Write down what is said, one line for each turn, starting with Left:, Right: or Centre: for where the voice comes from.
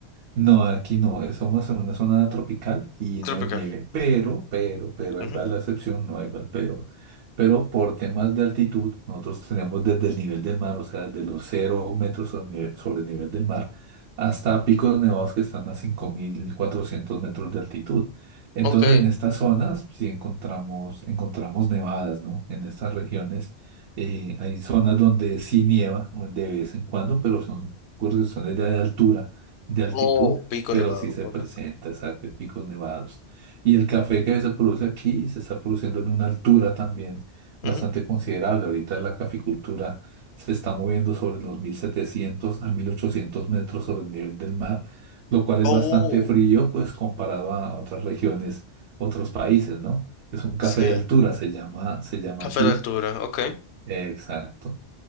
Right: No, aquí no. eh, Somos en una zona tropical y
Left: Tropical.
Right: no hay nieve. Pero, pero, pero,
Left: Ujú.
Right: ahí va la excepción, no hay va el pero. Pero por temas de altitud, nosotros tenemos desde el nivel del mar, o sea, desde los cero metros sobre nive- sobre el nivel del mar, hasta picos nevados que están a 5.400 metros de altitud. Entonces,
Left: Ok.
Right: en estas zonas sí encontramos, encontramos nevadas, ¿no? En estas regiones eh, hay zonas donde sí nieva de vez en cuando, pero son por cuestiones de altura de altitud,
Left: Oh, Pico
Right: pero
Left: Nevado.
Right: sí se
Left: Okay.
Right: presenta, exacto, en picos nevados. Y el café que se produce aquí se está produciendo en una altura también bastante
Left: Ujú.
Right: considerable. Ahorita la caficultura se está moviendo sobre los 1700 a 1800 metros sobre el nivel del mar, lo cual es
Left: Oh,
Right: bastante frío, pues comparado a otras regiones, otros países, ¿no? Es un café
Left: sí.
Right: de altura, se llama, se llama
Left: Café
Right: aquí.
Left: de altura, ok.
Right: Eh, Exacto.